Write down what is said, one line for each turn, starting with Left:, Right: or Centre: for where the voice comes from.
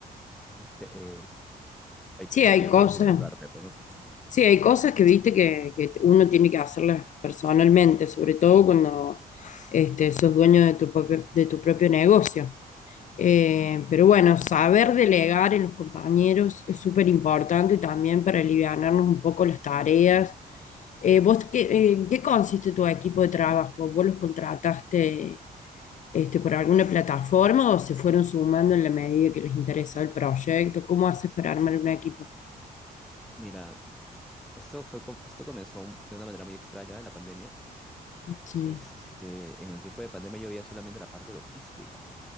Centre: eh, eh, hay
Left: Sí,
Centre: cosas
Left: hay
Centre: que yo
Left: cosas.
Centre: tengo que cargarme, pues, ¿no?
Left: Sí, hay cosas que viste que, que uno tiene que hacerlas personalmente, sobre todo cuando este, sos dueño de tu propio, de tu propio negocio. Eh, pero bueno, saber delegar en los compañeros es súper importante también para alivianarnos un poco las tareas. Eh, ¿vos qué, en qué consiste tu equipo de trabajo? ¿Vos los contrataste este, por alguna plataforma o se fueron sumando en la medida que les interesó el proyecto? ¿Cómo haces para armar un equipo?
Centre: Mira, esto fue, com- esto comenzó de una manera muy extraña en la pandemia.
Left: Sí,
Centre: Este, en el tiempo de pandemia yo veía solamente la parte logística.